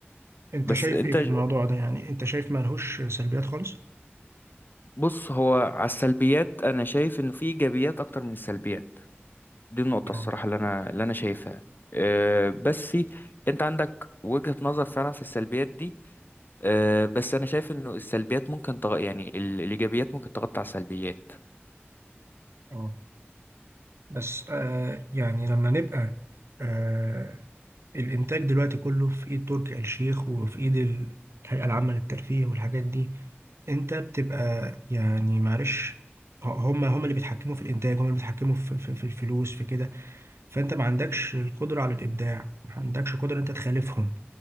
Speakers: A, on the right; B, on the left.
A: انت
B: بس
A: شايف
B: انت
A: ايه في
B: ج-
A: الموضوع ده يعني انت شايف ملهوش سلبيات خالص
B: بص هو على السلبيات انا شايف انه في ايجابيات اكتر من السلبيات دي النقطة
A: اه
B: الصراحة اللي انا اللي انا شايفها أه بس انت عندك وجهة نظر فعلا في السلبيات دي أه بس انا شايف انه السلبيات ممكن تغ... يعني ال- الايجابيات ممكن تغطي على السلبيات
A: اه بس آه يعني لما نبقى آه الانتاج دلوقتي كله في ايد تركي آل الشيخ وفي ايد ال- الهيئة العامة للترفيه والحاجات دي انت بتبقى يعني معلش ه- هم هم اللي بيتحكموا في الانتاج هم اللي بيتحكموا في, في, في الفلوس في كده فانت ما عندكش القدرة على الابداع ما عندكش قدرة انت تخالفهم